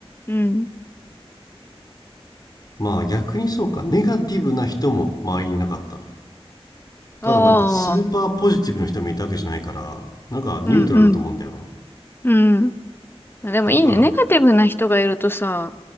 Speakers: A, on the left; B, on the left.
A: うん。
B: まあ逆にそうかネガティブな人も周りにいなかった
A: あ
B: ただなんかスーパーポジティブな人もいたわけじゃないからなんかニュートラルだと思うんだよ
A: あ。うん。うん。うん。でもいいね。
B: なだから
A: ネガティブな人がいるとさ、